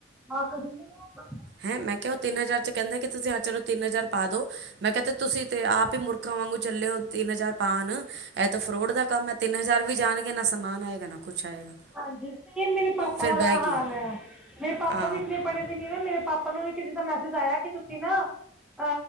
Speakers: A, in the centre; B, on the right.
A: ਆ ਕਦੀ ਨਾ
B: ਹੈਂ ਮੈਂ ਕਿਹਾ ਉਹ ਤਿੰਨ ਹਜ਼ਾਰ 'ਚ ਕੇਂਦੇ ਕਿ ਤੁਸੀਂ ਹਾਂ ਚਲੋ ਤਿੰਨ ਹਜ਼ਾਰ ਪਾ ਦੋ, ਮੈਂ ਕਯਾ ਕੇ ਤੁਸੀਂ ਤੇ ਆਪ ਹੀ ਮੁਰ ਖਾਂ ਵਾਂਗੂ ਚਲੇ ਹੋ ਤਿੰਨ ਹਜ਼ਾਰ ਪਾਣ, ਇਹ ਤਾਂ ਫਰੋਡ ਦਾ ਕੰਮ ਏ। ਤਿੰਨ ਹਜ਼ਾਰ ਵੀ ਜਾਣਗੇ ਨਾ ਸਮਾਨ ਆਏਗਾ ਨਾ ਕੁਛ ਆਏਗਾ
A: ਹਾਂਜੀ, ਸੇਮ ਮੇਰੇ ਪਾਪਾ
B: ਫਿਰ
A: ਵਾਲਾ
B: ਬਹਿ
A: ਹਾਲ
B: ਗਈ
A: ਏ। ਮੇਰੇ ਪਾਪਾ
B: ਆ
A: ਵੀ ਇਤਨੇ ਪੜ੍ਹੇ ਵੀ ਨੀ ਹੁ ਮੇਰੇ ਪਾਪਾ ਨੂੰ ਵੀ ਕਿਸੇ ਦਾ ਮੈਸੇਜ ਆਇਆ ਕਿ ਤੁਸੀਂ ਨਾ ਅ